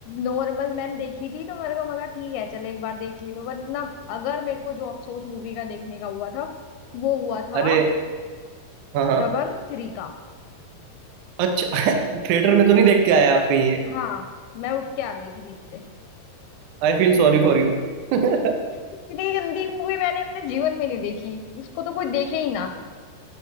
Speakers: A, on the left; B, on the right.
A: नॉर्मल मैंने देखी थी तो मेरे को मगा ठीक है चलो एक बार देख ली तो वरना अगर मेरे को जो अफसोस मूवी का देखने का हुआ था वो हुआ था
B: अरे हाँ हाँ
A: दबंग थ्री का
B: अच्छा <laughs> थिएटर में तो नहीं देख के आया आप कहीं ये
A: हाँ मैं उठ के आ गई थी बीच से
B: I feel sorry for you <laughs>
A: इतनी गंदी मूवी मैंने अपने जीवन में नहीं देखी उसको तो कोई देखे ही ना